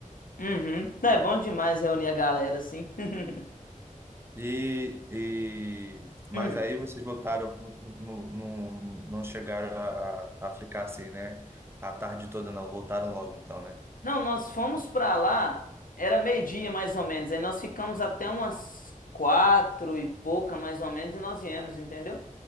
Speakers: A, on the left; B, on the right.
A: Uhum. É bom demais reunir a galera assim. <laughs>
B: E, e mas
A: Hum.
B: aí vocês voltaram, no- no- no- não chegaram a, a a ficar assim, né? A tarde toda não, voltaram logo então, né?
A: Não, nós fomos pra lá, era meio-dia mais ou menos. Aí nós ficamos até umas quatro e pouca mais ou menos e nós viemos, entendeu?